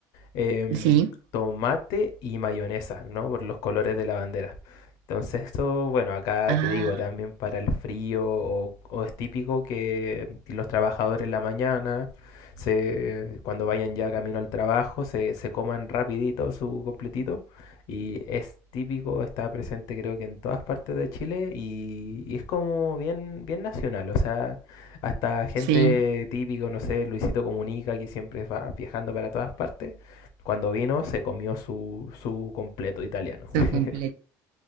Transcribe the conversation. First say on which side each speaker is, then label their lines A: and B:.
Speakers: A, on the left; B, on the right.
A: em,
B: sí.
A: tomate y mayonesa, ¿no? Por los colores de la bandera. Entonces esto, bueno, acá
B: Ah,
A: te digo, también para el frío o, o es típico que los trabajadores en la mañana, se, cuando vayan ya camino al trabajo, se, se coman rapidito su completito. Y es típico, está presente creo que en todas partes de Chile y, y es como bien, bien nacional. O sea, hasta gente
B: sí,
A: típico, no sé, Luisito Comunica, que siempre va viajando para todas partes cuando vino se comió su, su completo italiano.
B: su
A: <laughs>
B: completo.